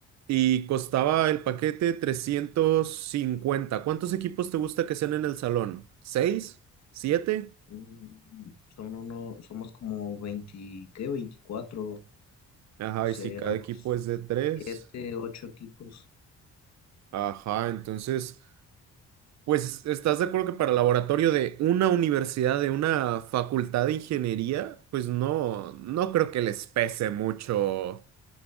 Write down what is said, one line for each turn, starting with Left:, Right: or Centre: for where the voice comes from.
Right: y costaba el paquete 350. ¿Cuántos equipos te gusta que sean en el salón? ¿Seis? ¿Siete?
Left: Mm, Son uno, somos como 20, ¿qué? veinticuatro
Right: Ajá,
Left: serían
Right: y si cada
Left: unos
Right: equipo es de tres.
Left: 7, 8 equipos.
Right: Ajá, entonces, pues, ¿estás de acuerdo que para laboratorio de una universidad, de una facultad de ingeniería, pues no, no creo que les pese mucho